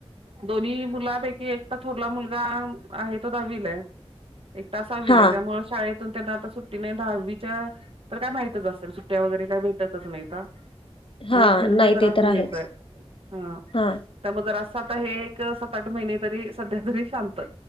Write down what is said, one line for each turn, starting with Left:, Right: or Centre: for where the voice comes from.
Right: दोन्ही मुलापैकी एक आता थोरला मुलगा आहे, तो दाहावीला हाय, एकटा साहावीला
Left: हा
Right: हाय, त्यामुळं शाळेत त त्यांना आता सुट्टी नई, दहावीच्या तर काय, माहितच असेल, सुट्ट्या वगैरे काय भेटतच नईता
Left: हा
Right: आणि फिरणं
Left: नाही
Right: जरासं
Left: ते तर आहेच
Right: हेेच हाय, हं
Left: हा
Right: त, म, जरास् आता, हे एक सात, आठ महिने तरी, सध्या तरी शांत हाय